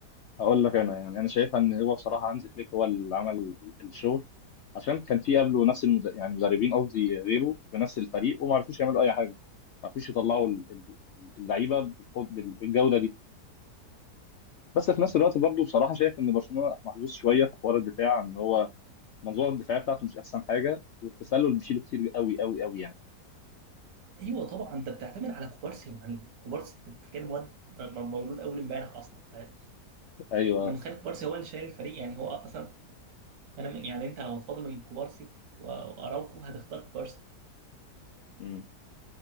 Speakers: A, on the left; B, on the right.
A: هقول لك انا يعني انا شايفها ان هو بصراحه هانز فليك هو اللي عمل الشغل عشان كان في قبله نفس المد... يعني مدربين قصدي غيره بنفس الفريق وما عرفوش يعملوا اي حاجه ما عرفوش يطلعوا ال- ال- اللعيبه بالخد... بال- بالجوده دي بس في نفس الوقت برضه بصراحه شايف ان برشلونه محظوظ شويه في حوار الدفاع ان هو المنظومه الدفاعيه بتاعته مش احسن حاجه والتسلل بيشيله كتير قوي قوي قوي يعني
B: ايوه طبعا انت بتعتمد على كوبارسي يا معلم كوبارسي انت بتتكلم واد م- م- مولود اول امبارح اصلا فاهم
A: ايوه
B: انا متخيل كوبارسي هو اللي شايل الفريق يعني هو اصلا انا من- يعني انت لو هتفاضل من كوبارسي و- واراوخو هتختار كوبارسي
A: مم.